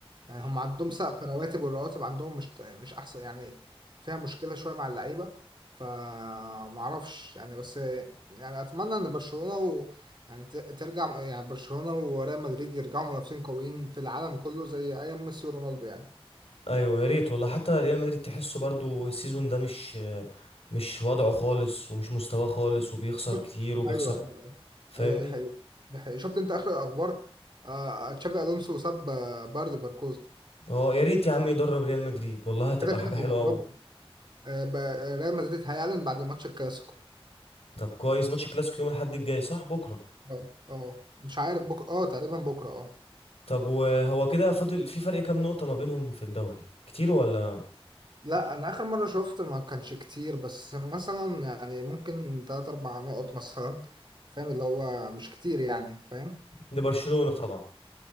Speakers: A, on the right (about 50°); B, on the left (about 75°).
A: يعني هم عندهم سقف رواتب والرواتب عندهم مش مش احسن يعني فيها مشكله شويه مع اللعيبه فما اعرفش يعني بس يعني اتمنى ان برشلونه و يعني ت- ترجع يعني برشلونه وريال مدريد يرجعوا منافسين قويين في العالم كله زي ايام ميسي ورونالدو يعني
B: ايوه يا ريت والله حتى ريال مدريد تحسه برضو السيزون ده مش مش وضعه خالص ومش مستواه خالص وبيخسر
A: شفت
B: كتير وبيخسر
A: ايوه ايوه ايوه
B: فاهمني
A: ايوه دي حقيقة دي حقيقة شفت انت اخر الاخبار آه آه، تشافي الونسو ساب آه، باير ليفركوزن
B: اه يا ريت يا عم يدرب ريال مدريد والله هتبقى
A: كده كده
B: حاجة حلوة
A: هيدربهم
B: قوي
A: آه بقى- ريال مدريد هيعلن بعد ماتش الكلاسيكو
B: طب كويس ماتش كلاسيكو يوم الاحد الجاي صح بكرة
A: اه اه مش عارف بكره اه تقريبا بكره اه
B: طب وهو كده فاضل في فرق كام نقطة ما بينهم في الدوري كتير ولا
A: لا انا اخر مره شفت ما كانش كتير بس مثلا يعني ممكن تلات اربع نقط مثلا فاهم اللي هو مش كتير يعني فاهم
B: لبرشلونة طبعا